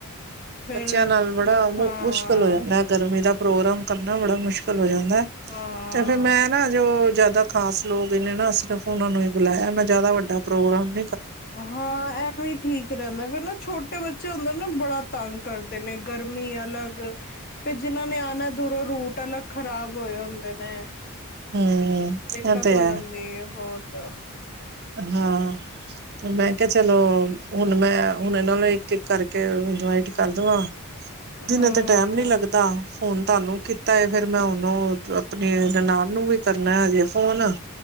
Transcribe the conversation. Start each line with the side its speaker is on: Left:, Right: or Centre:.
Left: ਫਿਰ
Right: ਬੱਚਿਆਂ ਨਾਲ ਬੜਾ
Left: ਹਾਂ
Right: ਮੁਸ਼ਕਿਲ ਹੋ ਜਾਂਦਾ ਗਰਮੀ ਦਾ ਪ੍ਰੋਗਰਾਮ ਕਰਨਾ ਬੜਾ ਮੁਸ਼ਕਿਲ ਵ ਜਾਂਦਾ
Left: ਹਾਂ।
Right: ਤੇ ਫਿਰ ਮੈਂ ਨਾ ਜੋ ਜ਼ਿਆਦਾ ਖਾਸ ਲੋਕ ਇਹਨੇ ਨਾ ਸ ਸਿਰਫ ਉਹਨਾ ਨੂੰ ਹੀ ਬੁਲਾਇਆ ਮੈਂ ਜ਼ਿਆਦਾ ਵੱਡਾ ਪ੍ਰੋਗਰਾਮ ਨ
Left: ਹਾਂ ਐਵੇਂ ਠੀਕ ਰਹਿੰਦਾ ਫੇਰ ਨਾ ਛੋ- ਛੋਟੇ ਬੱਚੇ ਹੁੰਦੇ ਨਾ ਬੜਾ ਤੰਗ ਕਰਦੇ ਨੇ ਗਰਮੀ ਅਲੱਗ ਫੇਰ ਜਿਹਨਾਂ ਨੇ ਆਣਾ ਦੂਰੋਂ ਰੂਟ ਅਲੱਗ ਖ਼ਰਾਬ ਹੋਏ ਹੁੰਦੇ ਨੇ-
Right: ਹਮ ਇਹ
Left: ਦਿੱਕਤ
Right: ਤੇ
Left: ਹੋ
Right: ਹੈ
Left: ਜਾਂਦੀ ਹੈ ਬਹੁਤ ਤਾਂ
Right: ਹਾਂ ਤੇ ਮੈਂ ਕਿਹਾ ਚਲੋ ਹੁਣ ਮੈਂ ਹੁਣ ਇਹਨਾਂ ਨੂੰ ਇੱਕ-ਇੱਕ ਕਰਕੇ ਇਨਵੈਇਟ ਕਰ ਦਵਾਂ ਦਿਨੇ
Left: ਹਾਂ
Right: ਤੇ ਟੈਮ ਨੀ ਲੱਗਦਾ
Left: ਹਾਂ
Right: ਫੋਨ ਤੁਹਾਨੂੰ- ਤਾਂਏ ਫੇਰ ਮੈਂ ਉਹਨੂੰ ਆਪਣੇ ਨਨਾਣ ਨੂੰ ਵੀ ਕਰਨਾ ਹੈਜ- ਫੋਨ